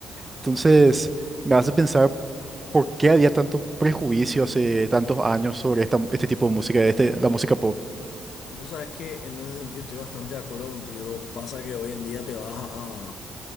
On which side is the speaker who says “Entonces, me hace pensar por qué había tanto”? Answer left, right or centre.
Right